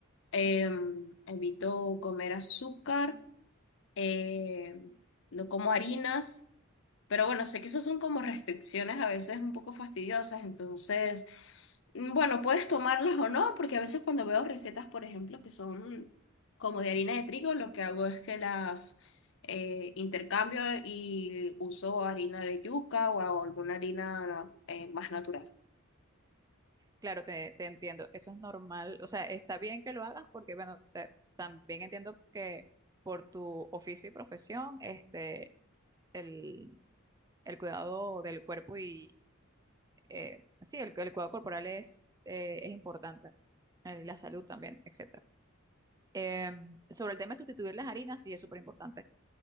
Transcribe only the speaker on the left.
Em, evito comer azúcar, em, no como harinas, pero bueno, sé que esas son como restricciones a veces un poco fastidiosas, entonces, mm, bueno, puedes tomarlas o no, porque a veces cuando veo recetas, por ejemplo, que son como de harina de trigo, lo que hago es que las eh, intercambio y uso harina de yuca o alguna harina eh, más natural.